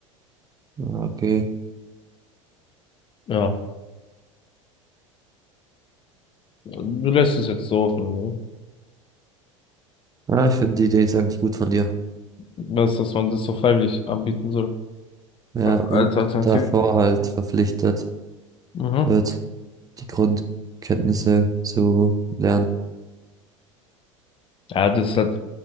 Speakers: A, on the right (about 20°); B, on the left (about 30°).
A: ja, okay.
B: Ja, du lässt es jetzt so offen, ne?
A: Ja, ich finde die Idee ist eigentlich gut von dir.
B: Was, dass man das so freiwillig anbieten soll.
A: ja,
B: Als
A: und
B: als Alternative.
A: davor halt verpflichtet
B: Mhm.
A: wird, die Grundkenntnisse zu lernen.
B: Ja, das ist halt